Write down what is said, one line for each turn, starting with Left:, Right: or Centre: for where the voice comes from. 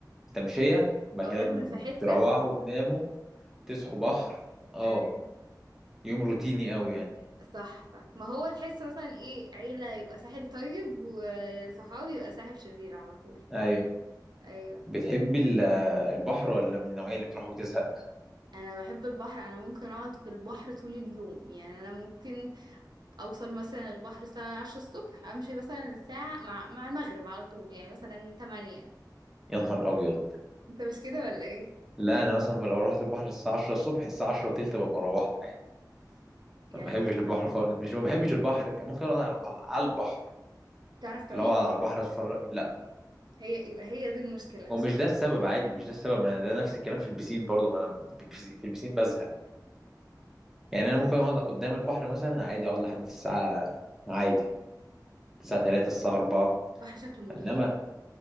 Centre: تمشيه بعد
Right: او
Centre: كده
Right: ناكل في حته
Centre: تروحوا وتناموا تصحوا بحر اه
Right: آه،
Centre: يوم روتيني قوي يعني
Right: صح صح ما هو تحس مثلا ايه عيلة يبقى ساحل طيب وصحابي يبقى ساحل شرير على طول
Centre: ايوه
Right: ايوه
Centre: بتحب ال- آه، البحر ولا من النوعيه اللي بتروح وتزهق
Right: انا بحب البحر انا ممكن اقعد في البحر طول اليوم يعني انا ممكن اوصل مثلا البحر الساعة 10 الصبح امشي مثلا الساعة مع مع المغرب على طول يعني مثلا 8
Centre: يا نهار ابيض
Right: انت مش كده ولا ايه
Centre: لا انا مثلا لو رحت البحر الساعه 10 الصبح الساعه 10 وتلت ببقى روحت عادي
Right: يعني
Centre: ما بحبش البحر خالص مش ما بحبش البحر ممكن اقعد على على- على البحر
Right: تعرف تعوم
Centre: اللي هو على البحر اتفرج لا
Right: هي يبقى هي دي المشكلة عشان
Centre: هو مش ده السبب عادي مش ده السبب ما أنا ده نفس الكلام في البسين برضو ما انا في البسين في البسين بزهق يعني انا ممكن اقعد قدام البحر مثلا عادي اقعد لحد الساعه عادي الساعه 3 الساعه 4
Right: البحر شكله مريح
Centre: انما